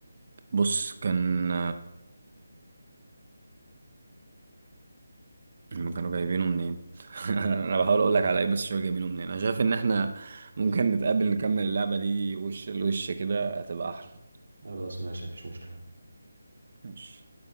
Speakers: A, on the right (about 50°); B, on the right (about 75°).
A: بص كان هم كانوا جايبينه منين <laughs> انا بحاول اقول لك على ايه بس شويه جايبينه منين انا شايف ان احنا ممكن نتقابل نكمل اللعبه دي وش لوش كده هتبقى احلى
B: <laughs> خلاص ماشي مفيش مشكلة
A: ماشي